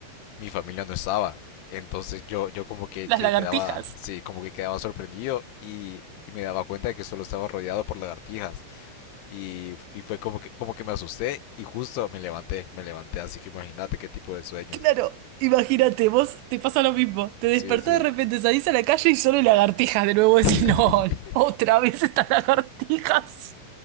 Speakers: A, on the left; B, on the right.
A: mi familia no estaba. Entonces yo, yo como que,
B: Las
A: que
B: lagartijas.
A: quedaba, sí, como que quedaba sorprendido y, y me daba cuenta de que solo estaba rodeado por lagartijas. Y, y fue como que, como que me asusté y justo me levanté, me levanté, así que imagínate qué tipo de sueños.
B: Claro, imagínate, vos te pasa lo mismo. Te despertás
A: Sí, sí.
B: de repente, salís a la calle y solo hay lagartijas. De nuevo decís,
A: <laughs>
B: no, otra vez estas lagartijas.